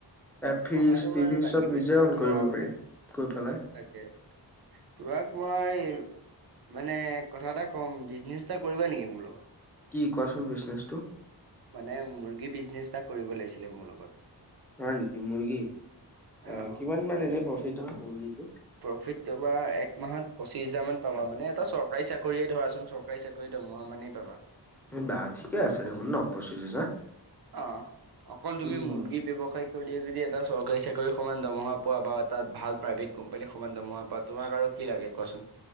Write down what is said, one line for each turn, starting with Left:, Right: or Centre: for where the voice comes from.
Centre: এ ফ্ৰিজ,
Right: পঢ়াটো বাৰু
Centre: টিভি
Right: লাগিবই
Centre: চব নিজে
Right: তোমাক
Centre: অন
Right: মই
Centre: কৰিব
Right: মানে
Centre: পাৰি গৈ পেলাই।
Right: তাকে তোমাক মই মানে কথা এটা ক'ম বিজনেছ এটা কৰিবা নিকি মোৰ লগত?
Centre: কি কোৱাচোন বিজনেছটো?
Right: মানে মুৰ্গী বিজনেচ এটা কৰিব লাগিছিলে মোৰ লগত।
Centre: হয় নিকি মুৰ্গী।
Right: অ',
Centre: আ কিমান মান এনে প্ৰফিট হয় মুৰ্গীটোত?
Right: প্ৰফিট তোমাৰ একমাহত পঁচিশ হাজাৰ মান পাবা মানে এটা চৰকাৰী চাকৰিয়ে ধৰাচোন চোন চৰকাৰী চাকৰি দৰমহা মানেই পাবা।
Centre: এই বা ঠিকে আছে দেখোন ন পঁচিছ হাজাৰ?
Right: অ, অকল তুমি
Centre: উম
Right: মুৰ্গী ব্যৱসায় কৰিয়ে যদি এটা চৰকাৰী চাকৰিৰ সমান দৰমহা পোৱা বা এটা ভাল প্ৰাইভেট কোম্পানীৰ সমান দৰমহা পোৱা তোমাক আৰু কি লাগে কোৱাচোন?